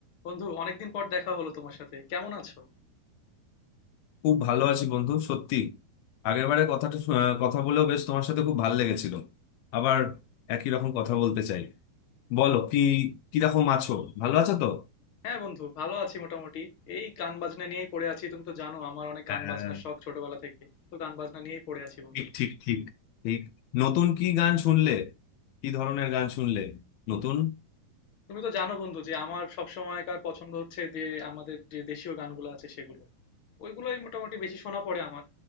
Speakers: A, on the left; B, on the left.
A: বন্ধু অনেকদিন পর দেখা হলো তোমার সাথে কেমন আছো
B: খুব ভালো আছি বন্ধু সত্যি আগের বারে কথাটা শু- আহ, কথা বলেও বেশ তোমার সাথে খুব ভালো লেগেছিল আবার একই রকম কথা বলতে চাই বলো কি কিরকম আছো ভালো আছো তো
A: হ্যাঁ বন্ধু ভালো আছি মোটামুটি এই গান বাজনা নিয়েই পড়ে আছি তুমি তো জানো আমার অনেক
B: হ্যাঁ
A: গান বাজনার শখ ছোটবেলা থেকে তো গান বাজনা নিয়েই পড়ে আছি বন্ধু
B: ঠিক ঠিক ঠিক ঠিক নতুন কি গান শুনলে কি ধরনের গান শুনলে নতুন
A: তুমি তো জানো বন্ধু যে আমার সব সময়কার পছন্দ হচ্ছে যে আমাদের যে দেশীয় গানগুলো আছে সেগুলো ওইগুলোই মোটামুটি বেশি শোনা পড়ে আমার